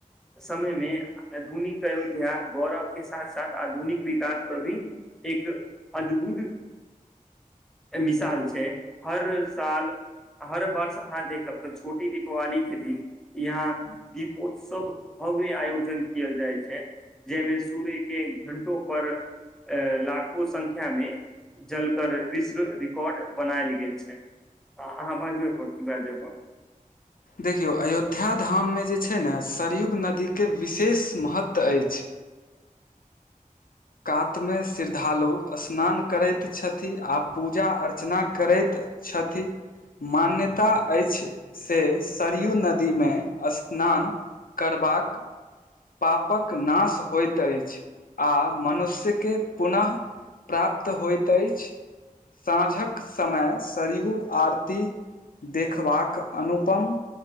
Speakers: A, in the centre; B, on the left.
A: समयमे आधुनिक अयोध्या गौरवके साथ- साथ आधुनिक विकास प्रदीम एक अद्भुत मिसाल छैय। हर साल हर वर्ष अहाँ देखब, तऽ छोटी दीपावली के दिन इहाँ दीपोत्सव भव्य आयोजन केयल जाय छैय। जेहिमे सूर्य के घंटो पर ए--लाखो संख्या मे जलकर विश्व रिकॉर्ड बनायल गेल छैय। हॅ अहाँ बाजुये पर <unintelligible>
B: देखियौ अयोध्या धाममे जे छैय ने, सरयुग नदी के विशेष महत्त्व अइछ। कातमे श्रद्धालु स्नान करैत छथि, आ पूजा अर्चना करैत छथि। मान्यता अइछ से सरयू नदीमे स्नान करबाक पापक नाश होइत अइछ, आ मनुष्य के पुनः प्राप्त होइत अछि। साँझक समय सरयू आरती देखबाक अनुपम